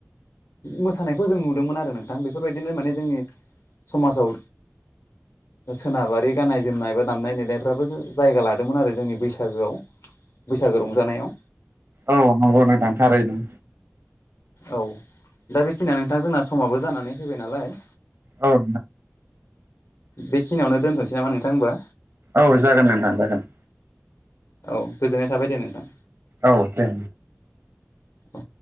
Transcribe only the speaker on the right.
औ नंगौनो दांथारो नों
औ -औ
औ जागोन नोंथां जागोन
औ दे